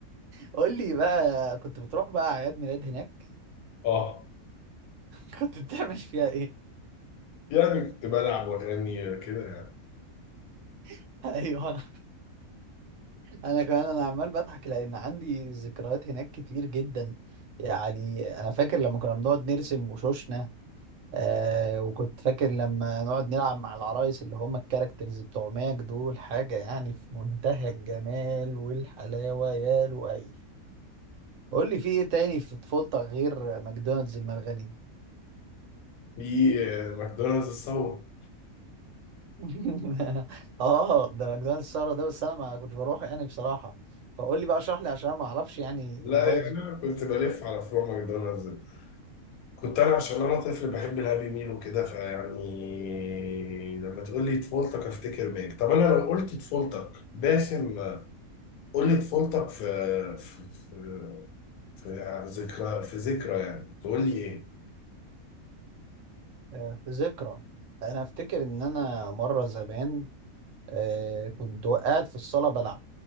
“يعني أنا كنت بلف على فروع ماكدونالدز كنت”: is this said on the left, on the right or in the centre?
Left